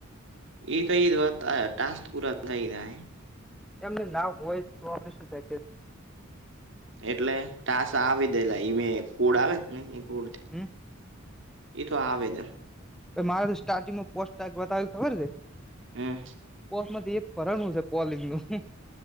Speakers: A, on the right; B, in the centre.
A: એ તો ઈવા ટાસ્ પુરા થઈ જાય
B: એમનું ના હોય તો આપડે શું થએ.
A: એટલે ટાસ આવી દેલા એ મે કુળ આવે ને એ કુડથી.
B: હમ
A: એતો આવે ને.
B: મારે તો સ્ટાર્ટિંગમાં પોસ્ટક બતાવ્યું ખબર છે.
A: હમ
B: પોસ મથી એક પરણું છે, કોલિંગનું